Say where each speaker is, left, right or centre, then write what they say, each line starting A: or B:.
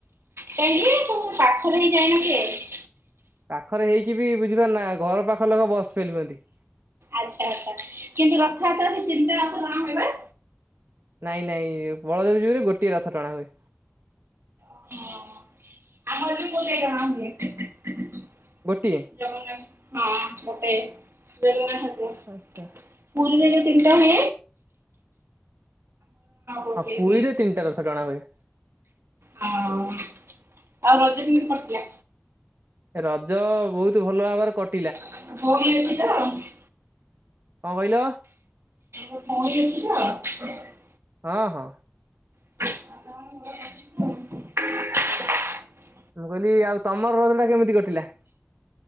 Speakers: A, on the right (about 80°); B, on the right (about 60°).
A: କାହିଁକି ତମ ପାଖରେ ହେଇକି ଯାଇନାହାନ୍ତି <unintelligible>
B: ପାଖରେ ହେଇକି ବି ବୁଝିପାରୁ ନା ଘର ପାଖ ଲୋକ ବସ ଫେଲ ହୁଅନ୍ତି।
A: ଆଚ୍ଛା ଆଚ୍ଛା କିନ୍ତୁ ରଥଯାତ୍ରା ଯେ ତିନିଟା ରଥ ଟଣା ହୁଏ ପା?
B: ନାଇଁ ନାଇଁ ବଳଦେବ ଜୀଉଙ୍କର ଗୋଟିଏ ରଥ ଟଣା ହୁଏ।
A: ହ ଆମ ତ କେଟ ଆ <unintelligible>
B: ଗୋଟିଏ?
A: ଜଗନ୍ନାଥ ହଁ ଗୋଟେ ଜଗନ୍ନାଥକୁ
B: <unintelligible>
A: ପୁରୀ ରେ ଯୋଉ ତିନିଟା ହୁଏ ଗୋଟେ
B: ହଁ ପୁରୀରେ
A: ହୁଏ
B: ତିନିଟା ରଥ ଟଣା ହୁଏ।
A: ହଁ ଆଉ ରଜ କେମିତି କଟିଲା?
B: ରଜ ବହୁତ ଭଲ ଭାବରେ କଟ
A: <unintelligible> ଅଛି ତ
B: କଣ କହିଲ?
A: <unintelligible> ଅଛି ତ?
B: ହଁ ହଁ।
A: <inaudible>
B: ମୁଁ କହିଲି ଆଉ ତମର ରଜ ଟା କେମିତି କଟିଲା?